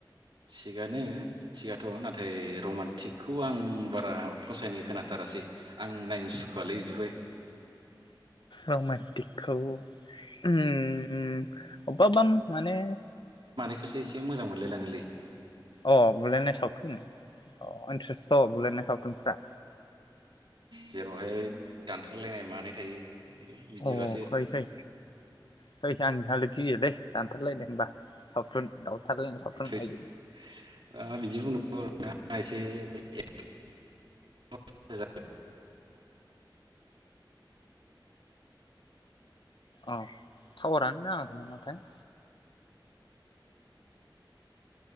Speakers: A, on the right (about 70°); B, on the left (about 65°).
A: थिगानो थिगाथ' ना नाथाय रमान्टिकखौ आं बारा फसायनाय खोनाथारासै आं नायनो सुखुआलै बिदिखौहाय
B: रमान्टिक खौ उम अबाब माने
A: बेखौसो एसे मोजां मोनलायलांङोलै।
B: अ बुलायनाय सावथुन अह इन्थ्रेस्थ बुलायनाय दुमफ्रा
A: जेरावहाय दानथारलायनाय मानाय थायो। बिदिबासो
B: अ फै फै फै आंनिहालो गियोलै दानथारलायद होनबा। सावथुन दावथारलायनाय
A: थैस
B: सावथुन आयु
A: ओ <unintelligible> बेह
B: अ टावारानो नांङाखै नामाथाय?